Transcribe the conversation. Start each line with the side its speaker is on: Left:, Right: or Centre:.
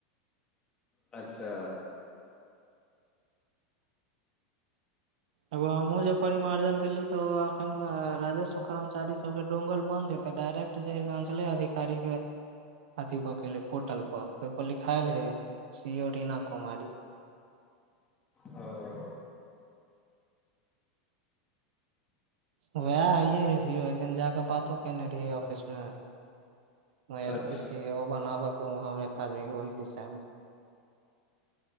Left: अच्छा
Right: एगो हमहुँ जे परिमार्जन केली तो अखन राजस्व कमचारी सब के ोंगल बन्द हे तऽ डायरेक्ट जे ह से अञचले अधिकारी के अथी पर केले पोर्टल पर ओहिप लिखायल हे सी ओ रीना कुमारी
Left: ओ
Right: वएह हइय है सीओ एक दिन जाक बातो केने रहियै ऑफिस मे ह एल
Left: अच्छा
Right: पी सी बनाबैके एक आदमी के ओहि विषय मे